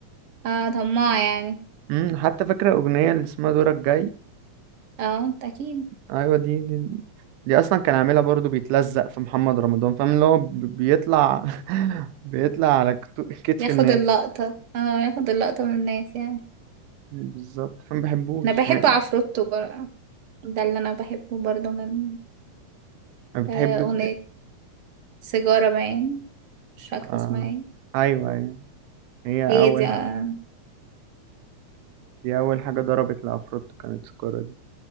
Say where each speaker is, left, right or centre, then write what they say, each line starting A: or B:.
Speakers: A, on the right (about 60°); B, on the right (about 85°).
A: اه طماع يعني
B: امم حتى فاكرة الأغنية اللي اسمها دورك جاي
A: اه انت اكيد
B: أيوة دي دي, دي أصلا كان عاملها برضو بيتلزق في محمد رمضان فاهم اللي هو ب- بيطلع <laughs> بيطلع على كتو- كتف
A: ياخد
B: الناس
A: اللقطة اه ياخد اللقطة من الناس يعني
B: بالظبط فما بحبوش
A: انا بحب
B: يعني
A: عفروتو بقى ده اللي انا بحبه برضه من
B: ما بتحب
A: آه، أغنية سيجارة باين مش فاكرة
B: آه.
A: اسمها ايه
B: أيوة أيوة هي
A: هي
B: أول
A: دي اه
B: دي أول حاجة ضربت لعفروتو كانت سكورة دي